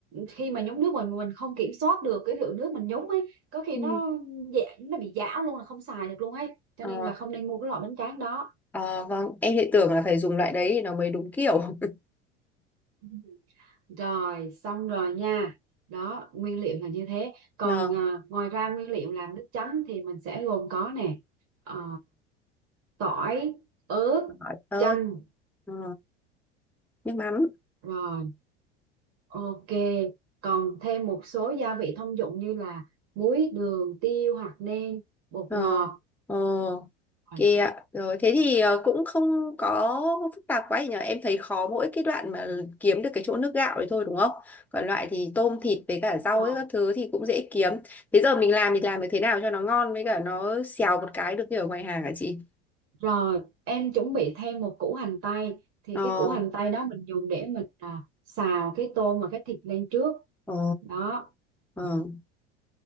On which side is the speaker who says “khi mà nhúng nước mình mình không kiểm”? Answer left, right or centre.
Right